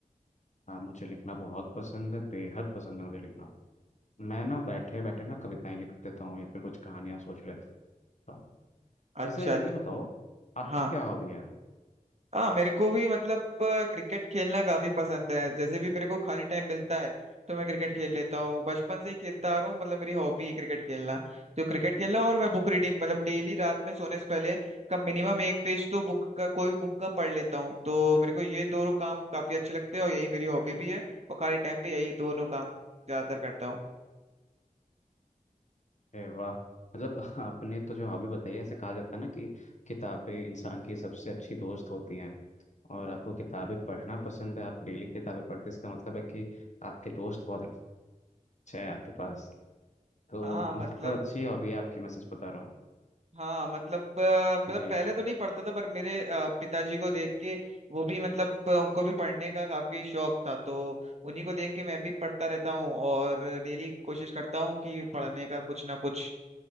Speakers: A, on the left; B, on the right.
A: हाँ मुझे लिखना बहुत पसंद है बेहद पसंद है मुझे लिखना मैं ना बैठे बैठे ना कविताएं लिख देता हूँ या फिर कुछ कहानियां सोच लेता हूँ
B: अच्छा
A: वैसे
B: अच्छा
A: ये बताओ आपकी
B: हाँ
A: क्या हॉबी है
B: हाँ मेरे को भी मतलब अ, क्रिकेट खेलना काफी पसंद है जैसे भी मेरे को खाली टाइम मिलता है तो मैं क्रिकेट खेल लेता हूँ बचपन से ही खेलता आ रहा हूँ मतलब मेरी हॉबी है क्रिकेट खेलना तो क्रिकेट खेलना और मैं बुक रीडिंग मतलब डेली रात में सोने से पहले कम मिनिमम एक पेज तो बुक का कोई भी बुक का पढ़ लेता हूँ तो मेरे को ये दोनों काम काफी अच्छे लगते हैं और यही मेरी हॉबी भी है और खाली टाइम पे यही दोनों काम ज्यादातर करता हूँ
A: अरे वाह मतलब <laughs> आपने तो जो हॉबी बताई है ऐसे कहा जाता है ना कि किताबें इंसान की सबसे अच्छी दोस्त होती हैं और आपको किताबें पढ़ना पसंद है आप डेली किताबें पढ़ते हैं इसका मतलब है कि आपके दोस्त बहुत अच्छे हैं आपके पास तो
B: हाँ
A: <laughs> बहुत
B: मतलब
A: अच्छी हॉबी है आपकी मैं सच बता रहा हूँ
B: हाँ मतलब अ, मतलब
A: जी
B: पहले तो नहीं पढ़ता था पर मेरे अ, पिताजी को देख के वो भी मतलब अ, उनको भी पढ़ने का काफी शौक था तो उन्हीं को देख के मैं भी पढ़ता रहता हूँ और डेली कोशिश करता हूँ कि पढ़ने का कुछ ना कुछ